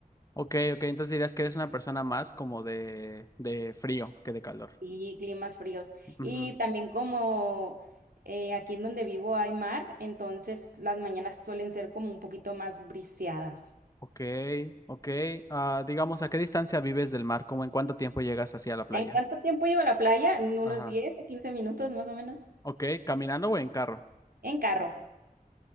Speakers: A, on the left; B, on the right.
A: Ok, ok, entonces dirías que eres una persona más como de, de frío que de calor.
B: Y climas fríos.
A: Ujú,
B: Y también como eh, aquí en donde vivo hay mar, entonces las mañanas suelen ser como un poquito más briseadas.
A: Ok, ok, ah, digamos, ¿a qué distancia vives del mar? ¿Cómo en cuánto tiempo llegas hacia la playa?
B: ¿En cuánto tiempo llevo a la playa? En unos
A: Ajá.
B: 10 o 15 minutos más o menos.
A: Ok, ¿caminando o en carro?
B: En carro.